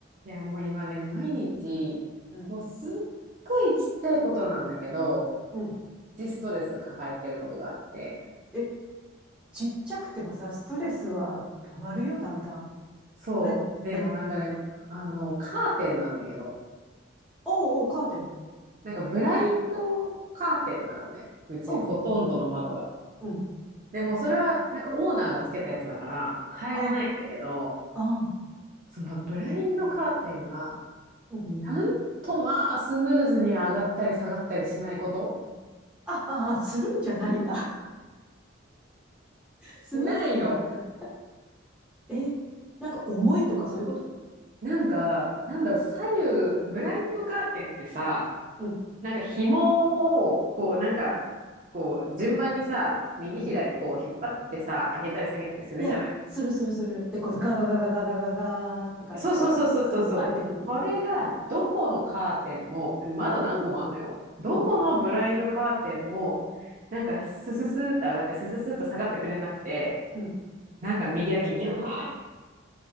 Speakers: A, on the right; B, in the centre.
A: いや、もう今ね、毎日、
B: うん。
A: もうすっごいちっちゃいことなんだけど、
B: うん。
A: プチストレス抱えてることがあって。
B: え、ちっちゃくてもさ、ストレスは溜まるよ、だんだん。
A: そう。
B: 何何
A: でもなんかね、あの、カーテンなんだけど、
B: おうおう、カーテン。
A: なんかブラインドカーテンなのね。うちほとんどの窓が。
B: おう、うん。
A: でもそれはなんかオーナーがつけたやつだから変えれないんだけど、
B: ああ、ああ、
A: そのブラインドカーテンが、
B: うん。
A: なんとまあスムーズに上がったり下がったりしないこと
B: あああ、するんじゃないんだ。<laughs>
A: しないの。
B: スムースになんか、え、なんか重いとかそういうこと
A: なんか、なんだろう、左右、ブラインドカーテンってさ、
B: うん、
A: なんか紐を、こう、なんか、こう、順番にさ、右左、
B: うん。
A: こう、引っ張ってさ、上げたり下げたりするじゃない。
B: いや、するするする。で、こうガガガガガガガガーって感じで、
A: そうそうそうそうそうそう。
B: うん、開いてくの。
A: それが、どこのカーテンも、まだ何個もあんのよ。どこのブラインドカーテンも、
B: うん、
A: なんか、スススーっ上がって、スススーっ下がってくれなくて、
B: うん。
A: なんか右だけギューン、